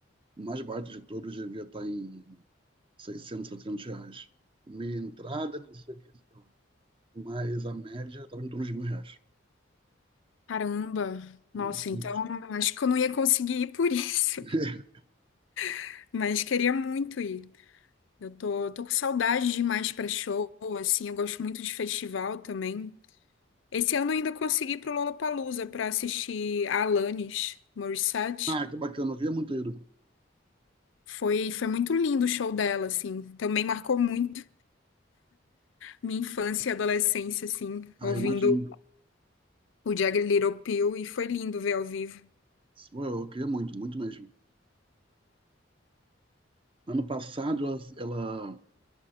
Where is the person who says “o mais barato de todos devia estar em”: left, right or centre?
Right